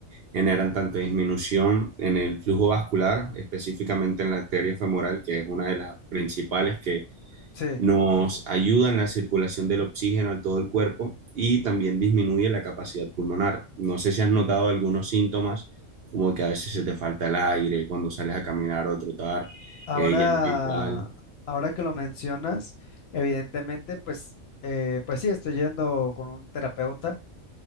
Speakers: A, on the right; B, on the left.
A: generan tanto disminución en el flujo vascular, específicamente en la arteria femoral, que es una de las principales que
B: Sí,
A: nos ayuda en la circulación del oxígeno a todo el cuerpo y también disminuye la capacidad pulmonar. No sé si has notado algunos síntomas, como que a veces se te falta el aire cuando sales a caminar o a trotar,
B: ahora,
A: eh, ya no es igual.
B: ahora que lo mencionas, evidentemente, pues, eh, pues sí, estoy yendo con un terapeuta.